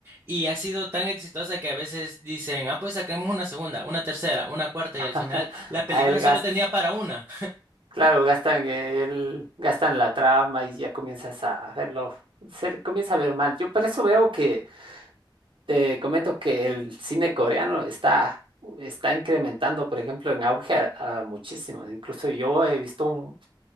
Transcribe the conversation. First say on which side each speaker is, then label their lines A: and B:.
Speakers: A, on the right; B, on the right.
A: y ha sido tan exitosa que a veces dicen, ah, pues sacamos una segunda, una tercera, una cuarta
B: <laughs>
A: y al final la película
B: A el gasto.
A: solo tenía para una.
B: Claro, gastan el, gastan la trama y ya comienzas a verlo, se le comienza a ver mal. Yo por eso veo que, te comento que el cine coreano está, está incrementando, por ejemplo, en auge a- a muchísimo. Incluso yo he visto un,